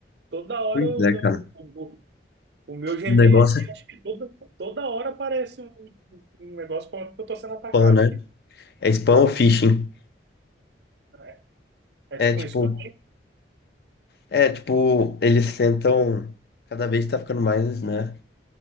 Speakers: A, on the right; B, on the left.
A: toda hora
B: Pois
A: eu,
B: é,
A: eu-
B: cara.
A: o, o- o meu Gmail
B: O negócio
A: aqui,
B: é
A: acho que toda, toda hora aparece um, um um negócio falando que eu tô sendo atacado
B: spam, né?
A: aqui.
B: É spam ou phishing?
A: É, é tipo
B: É tipo,
A: um spam.
B: é tipo, eles tentam, cada vez tá ficando mais, né,